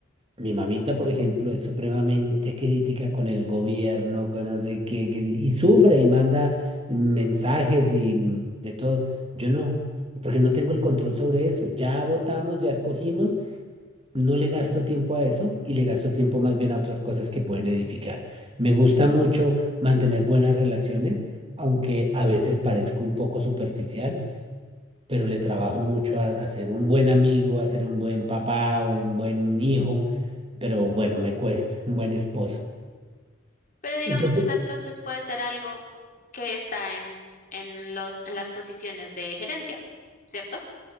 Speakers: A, on the right; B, on the left.
A: Mi mamita, por ejemplo, es supremamente crítica con el gobierno, con no sé qué, que- si, y sufre y manda mensajes y mm, de todo. Yo no, porque no tengo el control sobre eso. Ya votamos, ya escogimos no le gasto tiempo a eso y le gasto tiempo más bien a otras cosas que pueden edificar. Me gusta mucho mantener buenas relaciones, aunque a veces parezco un poco superficial, pero le trabajo mucho a, a ser un buen amigo, a ser un buen papá, un buen hijo, pero bueno, me cuesta, un buen esposo.
B: Pero digamos
A: Entonces,
B: esa entonces puede ser algo que está en, en los, en las posiciones de gerencia, ¿cierto?